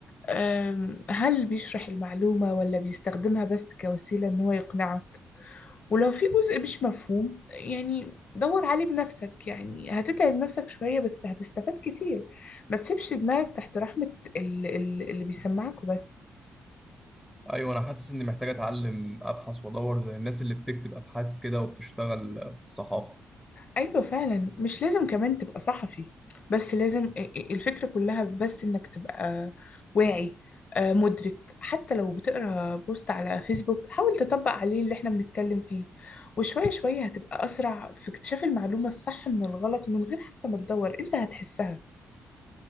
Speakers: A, on the left; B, in the centre.
A: أم، هل بيشرح المعلومة ولا بيستخدمها بس كوسيلة ان هو يقنعك ولو في جزء مش مفهوم يعني دور عليه بنفسك يعني هتتعب نفسك شوية بس هتستفاد كتير ما تسيبش دماغك تحت رحمة ال- ال- اللي بيسمعك وبس
B: أيوه أنا حاسس إني محتاج أتعلم أبحث وأدور زي الناس اللي بتكتب أبحاث كده وبتشتغل في الصحافة
A: أيوة فعلا مش لازم كمان تبقى صحفي بس لازم ا- ا- الفكرة كلها بس إنك تبقى واعي آه، مدرك حتى لو بتقرأ بوست على فيسبوك حاول تطبق عليه اللي احنا بنتكلم فيه وشوية شوية هتبقى أسرع في اكتشاف المعلومة الصح من الغلط من غير حتى ما تدور انت هتحسها